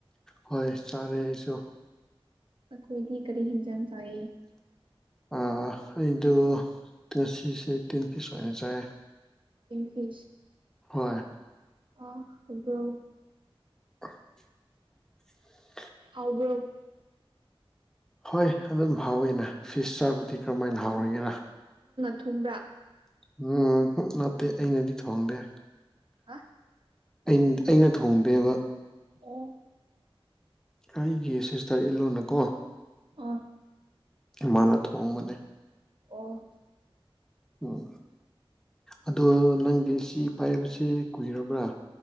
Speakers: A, in the centre; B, on the right.
A: ꯍꯣꯏ ꯆꯥꯔꯦ ꯑꯩꯁꯨ
B: ꯑꯈꯣꯏꯗꯤ ꯀꯔꯤ ꯍꯖꯟ ꯆꯌꯦ
A: ꯑꯩꯗ ꯉꯁꯤꯁꯦ ꯇꯤꯟ ꯄꯤꯁ ꯑꯣꯏꯅ ꯆꯥꯏ
B: ꯏꯪꯂꯤꯁ
A: ꯍꯣꯏ
B: ꯑꯕ꯭ꯔꯣ
A: <unintelligible>
B: ꯍꯕ
A: ꯍꯣꯏ ꯑꯗꯨꯝ ꯍꯥꯎꯋꯤꯅꯦ ꯐꯤꯁ ꯆꯥꯕꯗꯤ ꯀꯔꯝꯍꯥꯏꯅ ꯍꯥꯎꯔꯣꯏꯒꯦꯔ
B: ꯊꯨꯝꯗ꯭ꯔ
A: ꯎꯝ ꯅꯠꯇꯦ ꯑꯩꯅꯗꯤ ꯊꯣꯡꯗꯦ
B: ꯍꯥ
A: ꯑꯩꯅ ꯊꯣꯡꯗꯦꯕ
B: ꯑꯣ
A: ꯑꯩꯒꯤ ꯁꯤꯁꯇꯔ ꯏꯂꯨꯅꯀꯣ
B: ꯑ
A: ꯏꯥꯅ ꯊꯣꯡꯕꯅꯦ
B: ꯑꯣꯐ
A: ꯎꯝ ꯑꯗꯣ ꯅꯪꯗꯤ ꯁꯤ ꯄꯥꯏꯕꯕꯁꯤꯦ ꯀꯨꯏꯔꯕ꯭ꯔꯥ